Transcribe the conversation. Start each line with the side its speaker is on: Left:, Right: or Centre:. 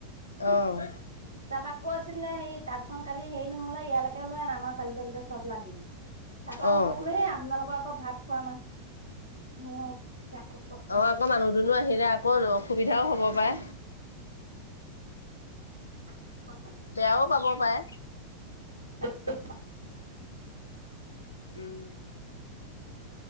Left: অ'!
Right: তাৰপা, কৈছিলে সেই, তাঁতখন কালি সেৰি নহ'লে, ইয়ালৈকে লৈ আন, আমাৰ চালি তলতে চব লাগিম। তাৰপা
Left: অ'
Right: মই বোলোঁ, সেই আপোনালোকৰ আকৌ ভাত খোৱা মানুহ, অ'! <unintelligible>
Left: অ'! আকৌ মানুহ-দুনুহ আহিলে আকৌ, অসুবিধাও হ'ব পাৰে।
Right: <unintelligible>
Left: বেয়াও পাব পাৰে।
Right: <unintelligible>
Left: উম।